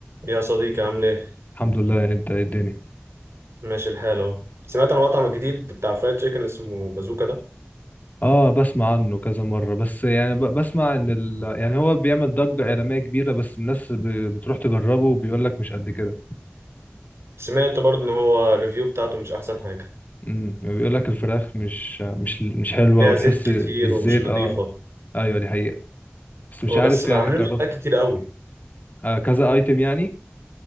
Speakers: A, on the right; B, on the left.
A: يا صديقي عامل ايه؟
B: الحمد لله انت ايه الدنيا
A: ماشي الحال اهو سمعت عن المطعم الجديد بتاع فرايد تشيكن اللي اسمه بازوكا ده
B: اه بسمع عنه كذا مرة بس يعني ب- بسمع ان ال... يعني هو بيعمل ضجة إعلامية كبيرة بس الناس ب... بتروح تجربه وبيقول لك مش قد كده
A: سمعت برضه ان هو الريفيو بتاعته مش احسن حاجة
B: امم بيقول لك الفراخ مش مش مش حلوة
A: فيها
B: وتحس
A: زيت كتير
B: الزيت
A: ومش نظيفة
B: اه ايوه دي حقيقة بس مش عارف
A: بس
B: يعني
A: عاملين
B: جربت
A: له حاجات كتير قوي
B: آه كذا ايتم يعني